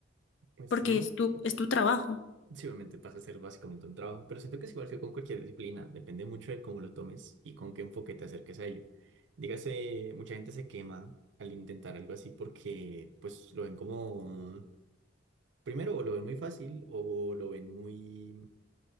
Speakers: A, on the right; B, on the left.
A: Pues
B: porque
A: llega
B: es
A: un...
B: tu, es tu trabajo.
A: sí, obviamente pasa a ser básicamente un trabajo, pero siento que es igual que con cualquier disciplina, depende mucho de cómo lo tomes y con qué enfoque te acerques a ello. Dígase, mucha gente se quema al intentar algo así porque pues lo ven como, un- primero o lo ven muy fácil o lo ven muy